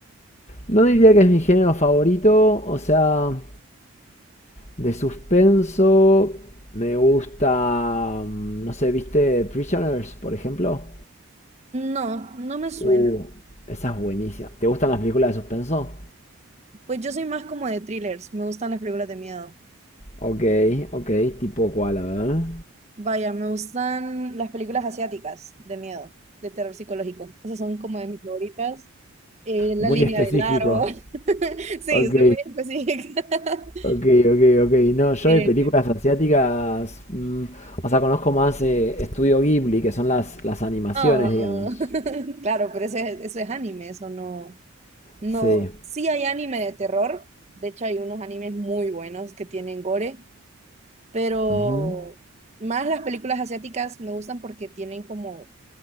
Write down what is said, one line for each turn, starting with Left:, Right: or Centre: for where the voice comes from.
Left: no diría que es mi género favorito. O sea, de suspenso me gusta, mm, no sé, ¿viste Prisoners, por ejemplo?
Right: No, no me suena.
Left: Uh, esa es buenísima. ¿Te gustan las películas de suspenso?
Right: Pues yo soy más como de thrillers, me gustan las películas de miedo.
Left: Ok, ok, tipo cuál, a ver.
Right: Vaya, me gustan las películas asiáticas de miedo, de terror psicológico. Esas son como de mis favoritas. Eh, La
Left: Muy
Right: línea
Left: específico.
Right: del largo. <laughs> Sí,
Left: Ok,
Right: soy muy específica. <laughs>
Left: ok, ok, ok. No, yo
Right: Eh,
Left: de películas asiáticas, mm, o sea, conozco más eh, Estudio Ghibli, que son las, las animaciones,
Right: ah.
Left: digamos.
Right: <laughs> Claro, pero ese, eso es anime, eso no, no.
Left: Sí.
Right: Sí hay anime de terror. De hecho, hay unos animes muy buenos que tienen gore, pero
Left: Ujú,
Right: más las películas asiáticas me gustan porque tienen como